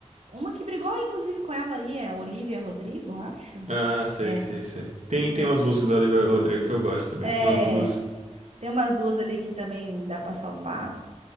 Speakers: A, on the right; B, on the right.
A: Uma que brigou, inclusive, com ela aí, é Olivia Rodrigo, eu acho.
B: Ah, sei,
A: É.
B: sei, sei. Tem,
A: Que tam-
B: tem umas músicas do Olivia Rodrigo que eu gosto também,
A: é,
B: assim, umas duas.
A: tem umas duas ali que também dá para salvar.